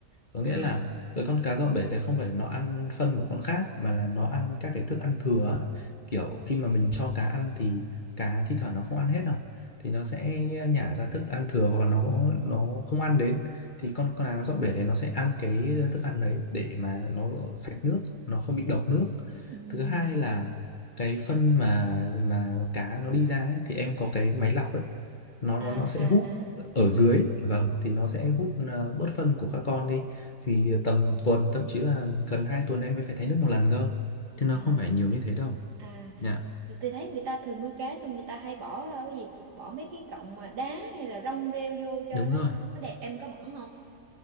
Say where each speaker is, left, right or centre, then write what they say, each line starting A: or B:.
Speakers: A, on the left; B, on the right.
A: có nghĩa
B: À,
A: là cái con cá dọn bể đấy không phải nó ăn phân của con khác mà là nó ăn các cái thức ăn thừa á. kiểu khi mà mình cho cá ăn thì cá thi thoảng nó không ăn hết đâu thì nó sẽ nhả ra thức ăn thừa và nó nó không ăn đến thì con cá dọn bể đấy nó sẽ ăn cái thức ăn đấy để mà nó sạch nước nó không bị độc nước
B: Ừm,
A: thứ hai là cái phân mà mà cá nó đi ra ấy, thì em có cái máy lọc ấy nó
B: à
A: nó nó sẽ
B: à
A: hút
B: à
A: ở dưới vâng thì nó sẽ hút ờ, bớt phân của các con đi thì tầm tuần thậm chí là gần 2 tuần em mới phải thay nước một lần cơ chứ nó
B: à
A: không phải nhiều như thế đâu
B: à
A: Dạ
B: tôi, thấy người ta thường nuôi cá xong người ta hay bỏ ờ, cái gì bỏ mấy cái cọng mà đá hay là rong rêu vô cho
A: đúng
B: nó
A: rồi
B: nó đẹp em có bỏ không